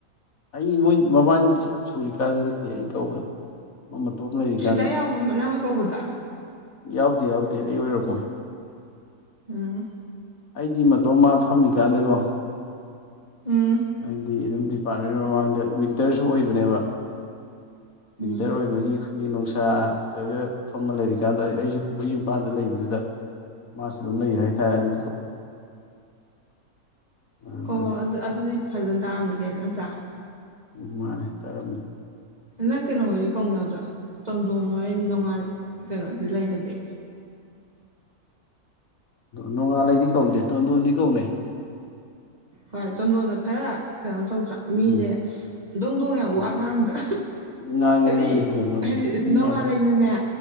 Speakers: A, on the left (about 65°); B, on the right (about 25°).
A: ꯑꯩ ꯃꯣꯏ ꯃꯕꯥꯅꯤ ꯁꯨꯔꯤꯀꯥꯗ ꯅꯠꯇꯦ ꯑꯩꯅ ꯀꯧꯕꯗꯣ ꯃ ꯃꯇꯣꯝ ꯂꯩꯔꯤꯀꯥꯟꯗ꯫
B: ꯁ꯭ꯋꯦꯇꯥ ꯌꯥꯎꯕ ꯅꯪꯅ ꯀꯧꯕꯗ
A: ꯌꯥꯎꯗꯦ ꯌꯥꯎꯗꯦ ꯑꯩ ꯑꯣꯏꯔꯝꯃꯣꯏ
B: ꯎꯝ
A: ꯑꯩꯗꯤ ꯃꯗꯣꯝ ꯃꯥ ꯐꯝꯃꯤꯀꯥꯟꯗꯀꯣ
B: ꯎꯝ
A: <unintelligible> ꯑꯗꯨꯝ ꯗꯤꯄꯥꯔꯠꯃꯦꯟ ꯃꯃꯥꯡꯗ ꯋꯤꯟꯇꯔꯁꯨ ꯑꯣꯏꯕꯅꯦꯕ ꯋꯤꯟꯇꯔ
B: ꯎꯝ
A: ꯑꯣꯏꯕꯒꯤ ꯑꯈꯣꯏꯒꯤ ꯅꯨꯡꯁꯤꯠ <unintelligible> ꯐꯝꯃ ꯂꯩꯔꯤꯀꯥꯟꯗ ꯑꯩꯁꯨ ꯄꯨꯈ꯭ꯔꯤ ꯃꯄꯥꯟꯗ ꯂꯩꯕꯗꯨꯗ ꯃꯥꯁꯨ ꯑꯗꯨꯝ ꯂꯩ ꯍꯥꯏꯇꯥꯔꯦ ꯑꯗꯨ ꯑꯗꯨꯅꯤ
B: ꯑꯣ ꯑꯗꯨ ꯑꯗꯤ ꯐꯖꯅ ꯇꯥꯑꯝꯅꯤ ꯀꯩꯅꯣ ꯅꯠꯇ꯭ꯔꯥ
A: ꯎꯝ ꯃꯥꯅꯤ ꯇꯥꯔꯝꯅꯤ
B: ꯅꯪ ꯀꯩꯅꯣꯍꯣꯏꯗꯤ ꯀꯧꯅꯗ꯭ꯔꯣ ꯆꯟꯗꯣꯟ ꯍꯣꯏ ꯅꯣꯡꯉꯥꯜ ꯀꯩꯅꯣꯗꯤ ꯂꯩꯍꯣꯏꯗꯤ
A: ꯅꯣꯡꯉꯥꯜꯂꯩꯗꯤ ꯀꯧꯅꯗꯦ ꯇꯣꯟꯗꯣꯟꯗꯤ ꯀꯧꯅꯩ
B: ꯍꯣꯏ ꯇꯣꯟꯗꯣꯟꯅ ꯈꯔ ꯇꯧꯗ꯭ꯔꯥ ꯃꯤꯁꯦ
A: ꯎꯝ
B: ꯗꯣꯡ ꯗꯣꯡ ꯌꯥꯝ
A: ꯑꯣ
B: ꯋꯥ ꯉꯥꯡꯗ꯭ꯔꯥ
A: ꯉꯥꯡꯉꯤ
B: ꯍꯥꯏꯗꯤ
A: ꯉꯥꯡꯉꯤ ꯇꯣꯟꯗꯣꯟꯗꯤ
B: ꯍꯥꯏꯗꯤ
A: ꯃꯤ
B: ꯅꯣꯡꯉꯥꯜꯂꯩꯅꯅꯦ
A: ꯌꯥꯝ